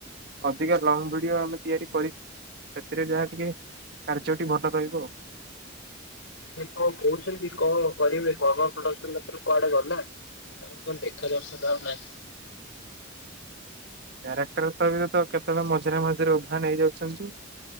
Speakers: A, on the right (about 55°); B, on the left (about 80°).
A: ଅଧିକା ଲଙ୍ଗ ଭିଡିଓ ଆମେ ତିଆରି କରି ସେଥିରେ ଯାହା ଟିକେ କାର୍ଯ୍ୟଟି ଭଲ ରହିବ ଆଉ।
B: ସେ ଙ୍କ କହୁଛନ୍ତି କଣ କରିବେ କର୍ମା ପ୍ରଡକ୍ସନ ତାପରେ କୁଆଡେ ଗଲା? ତାଙ୍କ ଦେଖା ଦର୍ଶନ ଆଉ ନାହିଁ।
A: କ୍ୟାରେକ୍ଟର ତ ବି ତ କେତେବେଳେ ମଝିରେ ମଝିରେ ଉଭାନ୍ ହେଇ ଯାଉଛନ୍ତି